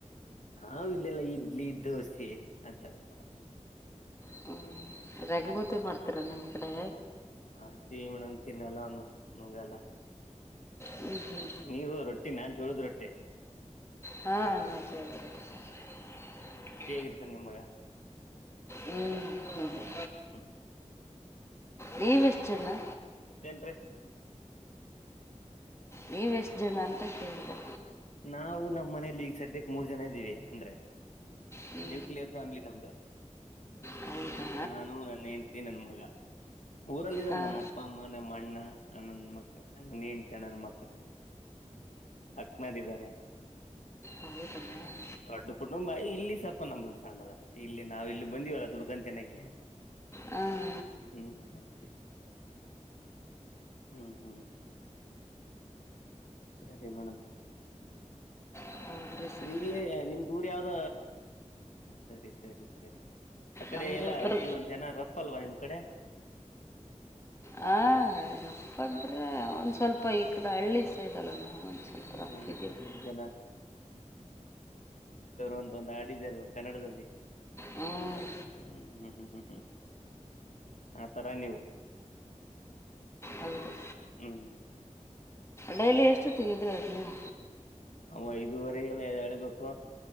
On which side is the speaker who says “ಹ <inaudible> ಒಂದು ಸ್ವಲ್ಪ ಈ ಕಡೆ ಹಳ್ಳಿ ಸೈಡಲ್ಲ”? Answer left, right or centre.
Left